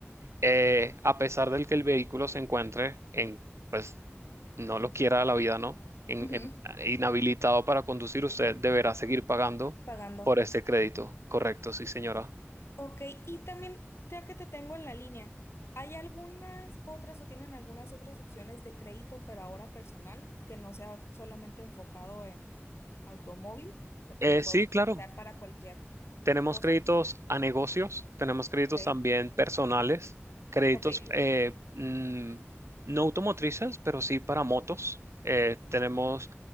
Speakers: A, on the right; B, on the left.
A: eh, a pesar del que el vehículo se encuentre en, pues, no lo quiera la vida, ¿no? En-
B: ujú,
A: en- inhabilitado para conducir, usted deberá seguir pagando
B: Pagando.
A: por este crédito. Correcto, sí, señora.
B: Ok. Y también, ya que te tengo en la línea, ¿hay algunas otras o tienen algunas otras opciones de crédito, pero ahora personal, que no sea solamente enfocado en automóvil? O sea, que
A: Eh,
B: lo puedo
A: sí,
B: utilizar
A: claro.
B: para cualquier
A: Tenemos
B: cosa.
A: créditos a negocios, tenemos créditos
B: Ok.
A: también personales, créditos
B: Ok.
A: eh, mm, no automotrices, pero sí para motos. Eh, tenemos